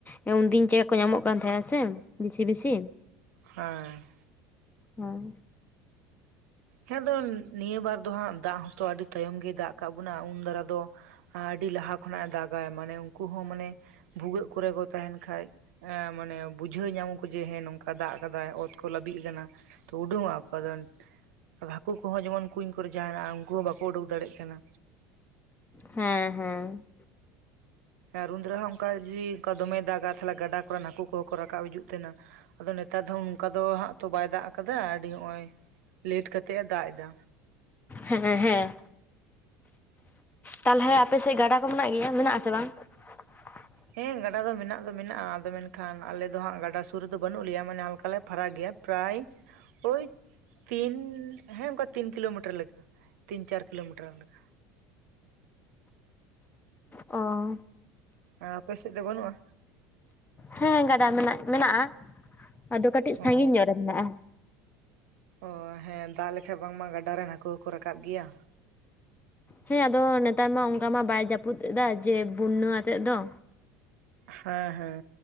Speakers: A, on the left; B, on the right.
A: ᱮᱸ ᱩᱱᱫᱤᱱ ᱪᱮᱫᱠᱟ ᱠᱚ ᱧᱟᱢᱚᱜ ᱠᱟᱱ ᱛᱟᱦᱮᱸ-ᱟ ᱥᱮ ᱵᱤᱥᱤ ᱵᱤᱥᱤ᱾
B: ᱦᱮᱸ᱾
A: ᱦᱮᱸ᱾
B: ᱦᱮᱸ ᱫᱚ ᱱᱤᱭᱟᱹ ᱵᱟᱨ ᱫᱚ ᱦᱟᱸᱜ ᱫᱟᱜ ᱦᱚᱸᱛᱚ ᱟᱹᱰᱤ ᱛᱟᱭᱚᱢ ᱜᱮᱭ ᱫᱟᱜ ᱠᱟᱜ ᱵᱚᱱᱟ ᱩᱱ ᱫᱟᱨᱟ ᱫᱚ ᱟ ᱟᱹᱰᱤ ᱞᱟᱦᱟ ᱠᱷᱚᱱᱟᱜ ᱮ ᱫᱟᱜᱟᱭ ᱢᱟᱱᱮ ᱩᱱᱠᱩ ᱦᱚᱸ ᱢᱟᱱᱮ ᱵᱷᱩᱜᱟᱹᱜ ᱠᱚᱨᱮ ᱠᱚ ᱛᱟᱦᱮᱱ ᱠᱷᱟᱭ ᱮᱸ ᱢᱟᱱᱮ ᱵᱩᱡᱷᱟᱹᱣ ᱧᱟᱢᱟ ᱠᱚ ᱡᱮ ᱦᱮᱸ ᱱᱚᱝᱠᱟ ᱫᱟᱜ ᱠᱟᱫᱟᱭ ᱚᱛ ᱠᱚ ᱞᱟᱹᱵᱤᱫ ᱠᱟᱱᱟ। ᱛᱚ ᱩᱰᱩᱝᱚᱜ ᱟᱠᱚ ᱟᱫᱚ ᱟᱨ ᱦᱟᱹᱠᱩ ᱠᱚᱦᱚᱸ ᱡᱮᱢᱚᱱ ᱠᱩᱧ ᱠᱚᱨᱮ ᱡᱟᱦᱟᱭᱱᱟᱜᱼᱟ ᱩᱱᱠᱩ ᱦᱚᱸ ᱵᱟᱠᱚ ᱩᱰᱩᱠ ᱫᱟᱲᱮᱜ ᱠᱟᱱᱟ।
A: ᱦᱮᱸ ᱦᱮᱸ।
B: ᱟᱨ ᱩᱱᱫᱟᱨᱟ ᱦᱚᱸ ᱚᱱᱠᱟ ᱡᱩᱫᱤ ᱚᱱᱠᱟ ᱫᱚᱢᱮ ᱫᱟᱜᱟ ᱛᱟᱦᱚᱞᱮ ᱜᱟᱰᱟ ᱠᱚᱨᱮᱱ ᱦᱟᱹᱠᱩ ᱠᱚᱦᱚᱸ ᱠᱚ ᱨᱟᱠᱟᱵ ᱦᱤᱡᱩᱜ ᱛᱟᱦᱮᱱᱟ? ᱟᱫᱚ ᱱᱮᱛᱟᱨ ᱫᱚ ᱚᱱᱠᱟ ᱫᱚ ᱦᱟᱸᱜ ᱛᱚ ᱵᱟᱭ ᱫᱟᱜ ᱟᱠᱟᱫᱟ ᱟᱹᱰᱤ ᱱᱚᱜ-ᱚᱭ ᱞᱮᱴ ᱠᱟᱛᱮᱜ ᱮ ᱫᱟᱜ ᱮᱫᱟ।
A: ᱦᱮᱸ ᱦᱮᱸ। ᱛᱟᱞᱦᱮ ᱟᱯᱮ ᱥᱮᱫ ᱜᱟᱰᱟ ᱠᱚ ᱢᱮᱱᱟᱜ ᱜᱮᱭᱟ, ᱢᱮᱱᱟᱜ ᱟᱥᱮ ᱵᱟᱝ? <inaudible>
B: ᱦᱮᱸ ᱜᱟᱰᱟ ᱫᱚ ᱢᱤᱱᱟᱜ ᱫᱚ ᱢᱤᱱᱟᱜᱼᱟ ᱟᱫᱚ ᱢᱮᱱᱠᱷᱟᱱ ᱟᱞᱮ ᱫᱚ ᱦᱟᱸᱜ ᱜᱟᱰᱟ ᱥᱩᱨ ᱨᱮᱫᱚ ᱵᱟᱹᱱᱩᱜ ᱞᱮᱭᱟ ᱢᱟᱱᱮ ᱦᱟᱞᱠᱟᱞᱮ ᱯᱷᱟᱨᱟᱠ ᱜᱮᱭᱟ। ᱯᱨᱟᱭ ᱳᱭ ᱛᱤᱱ ᱦᱮᱸ ᱚᱱᱠᱟ ᱛᱤᱱ ᱠᱤᱞᱳᱢᱤᱴᱟᱨ ᱞᱮᱠᱟ। ᱛᱤᱱ ᱪᱟᱨ ᱠᱤᱞᱳᱢᱤᱴᱟᱨ ᱞᱮᱠᱟ।
A: ᱚ
B: ᱮ ᱟᱯᱮ ᱥᱮᱫ ᱫᱚ ᱵᱟᱹᱱᱩᱜᱼᱟ?
A: ᱦᱮᱸ ᱜᱟᱰᱟ ᱢᱮᱱᱟᱜ ᱢᱮᱱᱟᱜᱼᱟ ᱟᱫᱚ ᱠᱟᱹᱴᱤᱡ ᱥᱟᱺᱜᱤᱧ
B: ᱚ
A: ᱧᱚᱜ ᱨᱮ ᱢᱮᱱᱟᱜᱼᱟ।
B: ᱚ ᱦᱮᱸ ᱫᱟᱜ ᱞᱮᱠᱷᱟᱡ ᱵᱟᱝᱢᱟ ᱜᱟᱰᱟ ᱨᱮᱱ ᱦᱟᱠᱩ ᱦᱚᱸᱠᱚ ᱨᱟᱠᱟᱵ ᱜᱮᱭᱟ।
A: ᱦᱮᱸ ᱟᱫᱚ ᱱᱮᱛᱟᱨ ᱢᱟ ᱚᱱᱠᱟ ᱢᱟ ᱵᱟᱭ ᱡᱟᱹᱯᱩᱫ ᱮᱫᱟ ᱡᱮ ᱵᱩᱱᱱᱟ ᱟᱛᱮᱜ ᱫᱚ।
B: ᱦᱮᱸ ᱦᱮᱸ